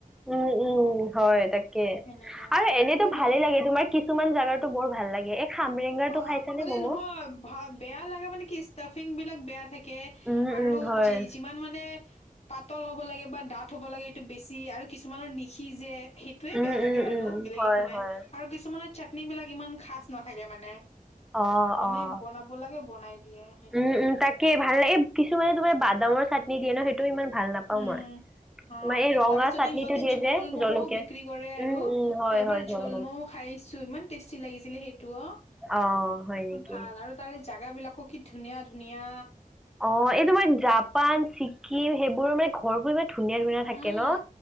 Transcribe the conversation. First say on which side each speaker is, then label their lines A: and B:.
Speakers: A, in the centre; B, on the left.
A: উম, উম, হয় তাকে
B: সেনেকুৱা
A: আৰু এনেতো
B: কিন্তু সিহঁত
A: ভালেই লাগে তোমাৰ কিছুমান জাগাৰতো বৰ ভাল লাগে। খামৰেংগাটো
B: অ',
A: খাইছানে
B: মানে
A: ম'ম'?
B: নহয়। হয়, বেয়া লাগা মানে কি ষ্টাফিং বিলাক বেয়া থাকে
A: উম,
B: আৰু
A: উম, হয়।
B: যি-যিমান মানে পাতল হ'ব লাগে বা দাঠ হ'ব লাগে এইটো বেছি আৰু কিছুমানৰ নিশিজে সেই এটোয়ে
A: উম,
B: বেয়া লাগে
A: উম,
B: আৰু
A: উম,
B: বেলেগ
A: হয়,
B: একো নাই
A: হয়,
B: আৰু কিছুমানৰ চাটনি বিলাক ইমান খাচ নাথাকে মানে।
A: অ',
B: এনেই
A: অ'।
B: বনাব লাগে বনাই দিয়ে। সেইটোয়ে।
A: উম উম, তাকে ভাল লাগে এই কিছুমানে তোমাৰ বাদামৰ চাটনি দিয়ে ন সেইটোও ইমান ভাল নাপাওঁ
B: উম,
A: মই।
B: অ'
A: তোমাৰ এই ৰঙা
B: তাৰ পিছতে
A: চাটনিটো
B: সিহঁতে
A: দিয়ে
B: ঝোল
A: যে
B: ম'মও
A: জলকীয়া।
B: বিক্ৰী কৰে আৰু
A: উম, উম, হয়,
B: এবাৰ
A: হয়, জল
B: ঝোল ম'ম' খাইছোঁ‌ ইমান টেষ্টি লাগিছিলে সেইটোও।
A: অ', হয় নেকি?
B: ভাল আৰু তাৰে জাগাবিলাকো কি ধুনীয়া ধুনীয়া।
A: অ', এই তোমাৰ জাপান ছিক্কিম সেইবোৰ মানে ঘৰবোৰ ইমান ধুনীয়া ধুনীয়া থাকে
B: উম,
A: ন,